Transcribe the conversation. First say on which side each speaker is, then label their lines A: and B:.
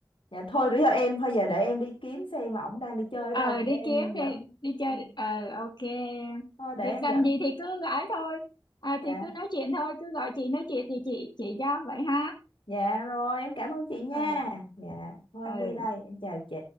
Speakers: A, on the left; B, on the left.
A: dạ, thôi bây giờ em, thôi giờ để em đi kiếm xem ổng đang đi chơi ở
B: ờ,
A: đâu,
B: đi
A: để em
B: kiếm
A: dẫn.
B: đi đi chơi
A: Dạ.
B: ờ ok
A: Thôi để
B: thì
A: em
B: cần
A: dẫn.
B: gì thì cứ gọi thôi à,
A: Dạ,
B: thì cứ nói chuyện thôi cứ gọi chị nói chuyện thì chị chị cho vậy ha
A: dạ rồi, em cảm ơn chị nha.
B: ờ
A: Dạ, thôi
B: ừ
A: em đi đây, em chào chị.